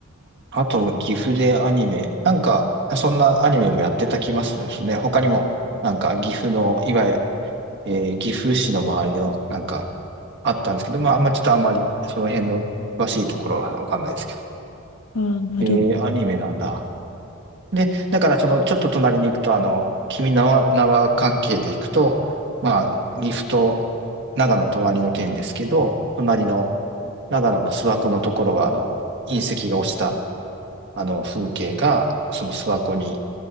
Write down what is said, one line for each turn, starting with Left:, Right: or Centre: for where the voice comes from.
Right: あと、岐阜でアニメ。なんか、そんなアニメもやってた気まするですね。他にも、なんか、岐阜の、いわゆる、えー岐阜市の周りの、なんか、あったんですけど、まあ、あんまちょっとあんまり、その辺の詳しいところはわかんないですけど。
Left: あ、なるほ
Right: えー、アニメなんだ。で、だからその、ちょっと隣に行くと、あの、君の名は関係で行くと、まあ、岐阜と長野隣の県ですけど、隣の長野の諏訪湖のところは、あの、隕石が落ちた、あの、風景が、その諏訪湖に、